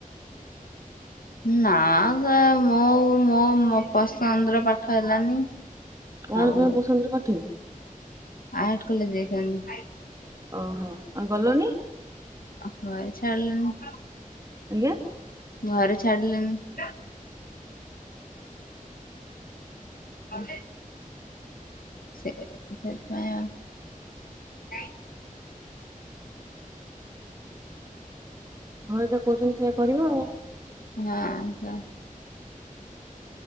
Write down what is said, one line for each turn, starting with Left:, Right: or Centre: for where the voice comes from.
Left: <inaudible> ନା ସେ ମୋ ମୋ ମୋ ପସନ୍ଦର ପାଠ ହେଲାନି।
Right: କଣ
Left: ଆଉ
Right: ତୋର ପସନ୍ଦର ପାଠ?
Left: ଆର୍ଟ କଲେଜ ଯାଇଥାଆନ୍ତି।
Right: ଓହୋ। ଆ ଗଲନି?
Left: ଆ ଘରେ ଛାଡ଼ିଲେନି
Right: ଆଜ୍ଞା।
Left: ଘରେ ଛାଡ଼ିଲେନି <inaudible> <inaudible>
Right: ଘରେ ଯାହା କହୁଛନ୍ତି ସେ କରିବ ଆଉ
Left: ହଁ। <inaudible>